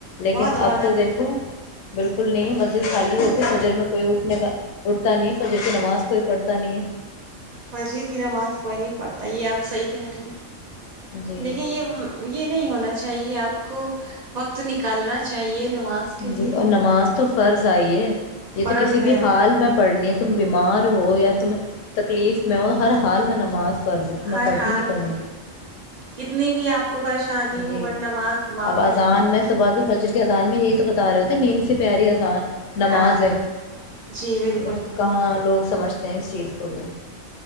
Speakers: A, on the left; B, on the right.
A: لیکن
B: بہت رونق
A: اب تو دیکھو بالکل نہیں ہے مسجد خالی ہوتی فجر میں کوئی اٹھنے کا اٹھتا نہیں ہے فجر کی نماز کوئی پڑھتا نہیں ہے
B: وزیر کی نماز کوئی نہیں پڑتا یہ آپ صحیح کہ رہی
A: ہے جی
B: لیکن یہ یہ نہیں ہونا چاہیے آپ کو وقت نکالنا چاہیے نماز کے لیے
A: جی اور نماز تو فرض جئیے یہ
B: فرض
A: تو کسی
B: ہے
A: بھی حال میں پڑھنی تم بیمار ہو یا تمہیں تکلیف میں ہو ہر حال میں نماز فرض ہے تمہیں
B: ہر
A: پڑھنی
B: حال
A: ہی پڑھنی
B: میں
A: ہے
B: کتنی بھی آپ آ کو پریشانی
A: جی
B: ہو بٹ نماز معاف
A: اب اذان
B: نہیں ہے
A: میں صبح کے فجر کے اذان میں یہی تو بتا رہے ہو تھے نیند سے پیاری اذان نماز
B: ہاں
A: ہے
B: جی بالکل
A: لیکن کہاں لوگ سمجھ تینس چیف کولی